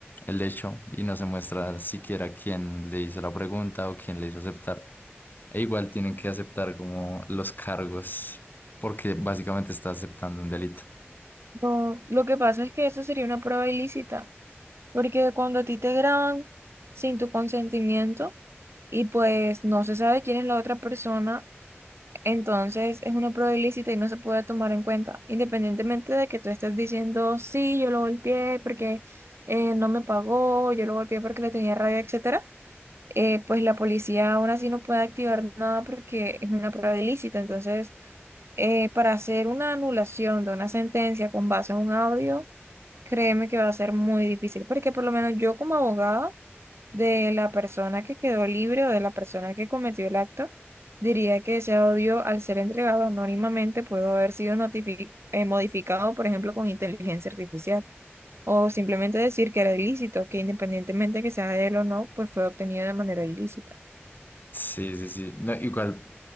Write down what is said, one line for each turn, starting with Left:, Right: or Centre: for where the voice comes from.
Left: el hecho y no se muestra siquiera quién le hizo la pregunta o quién le hizo aceptar. E igual tienen que aceptar como los cargos porque básicamente está aceptando un delito.
Right: No, lo que pasa es que eso sería una prueba ilícita, porque cuando a ti te graban sin tu consentimiento y pues no se sabe quién es la otra persona, Entonces es una prueba ilícita y no se puede tomar en cuenta, independientemente de que tú estés diciendo, sí, yo lo golpeé porque eh, no me pagó, yo lo golpeé porque le tenía rabia, etcétera. eh, pues la policía aún así no puede activar nada porque es una prueba ilícita. Entonces, eh, para hacer una anulación de una sentencia con base en un audio, créeme que va a ser muy difícil, porque por lo menos yo como abogada de la persona que quedó libre o de la persona que cometió el acto, diría que ese audio, al ser entregado anónimamente, pudo haber sido notifi- eh, modificado, por ejemplo, con inteligencia artificial, o simplemente decir que era ilícito, que independientemente que sea de él o no, pues fue obtenido de manera ilícita.
Left: Sí, sí, sí. No, igual,